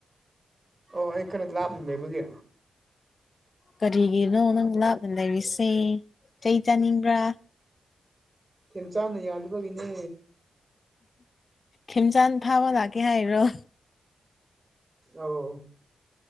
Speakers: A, on the right; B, on the left.
A: ꯑꯣ ꯑꯩ ꯈꯔ ꯂꯥꯞꯅ ꯂꯩꯕꯒꯤ
B: ꯀꯔꯤꯒꯤꯅꯣ ꯅꯪ ꯂꯥꯞꯅ ꯂꯩꯔꯤꯁꯦ ꯆꯩ ꯆꯥꯅꯤꯡꯕ꯭ꯔꯥ
A: ꯊꯦꯝꯆꯥꯥꯅ ꯌꯥꯂꯨꯕꯒꯤꯅꯦ
B: ꯈꯝꯆꯥꯟ ꯐꯥꯕ ꯂꯥꯛꯀꯦ ꯍꯥꯏꯔꯣ
A: ꯑꯥꯎ